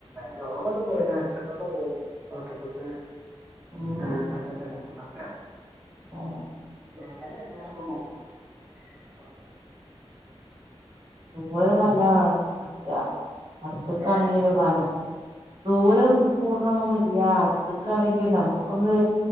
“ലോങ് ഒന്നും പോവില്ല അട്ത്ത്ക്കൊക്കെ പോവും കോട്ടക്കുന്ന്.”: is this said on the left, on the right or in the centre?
Right